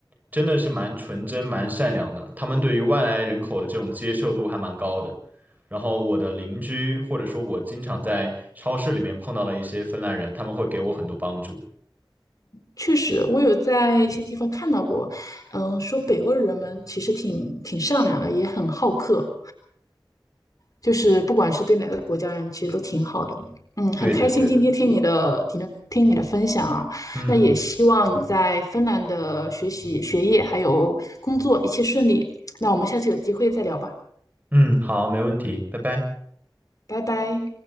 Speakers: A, on the right; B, on the left.
A: 真的是蛮纯真、蛮善良的，他们对于外来人口的这种接受度还蛮高的。然后我的邻居，或者说我经常在超市里面碰到的一些芬兰人，他们会给我很多帮助。
B: 确实我有在一些地方看到过，嗯，说北欧的人们其实挺挺善良的，也很好客，就是不管是对哪个国家人，其实都挺好的。嗯，很开心今天听你的、
A: 对的，对的。
B: 听的、听你的分享啊。
A: 嗯
B: 那也希望你在芬兰的学习、学业还有工作一切顺利。那我们下次有机会再聊吧，
A: 嗯，好，没问题，拜拜。
B: 拜拜。